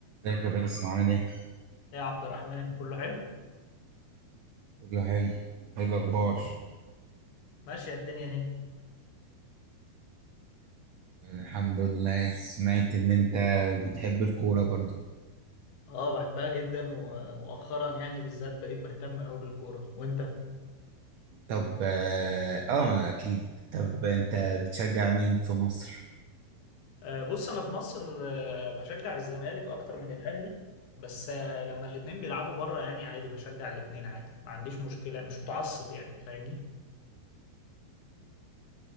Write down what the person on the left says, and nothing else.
إيه يا عبد الرحمن كله حلو
ماشية الدنيا اهي
اه بحبها جدا ومؤخرا يعني بالذات بقيت بهتم قوي بالكورة وانت
آه بص انا في مصر آه بشجع الزمالك اكتر من الاهلي بس آه لما الاتنين بيلعبوا بره يعني عادي بشجع الاتنين عادي ما عنديش مشكلة مش متعصب يعني فاهمني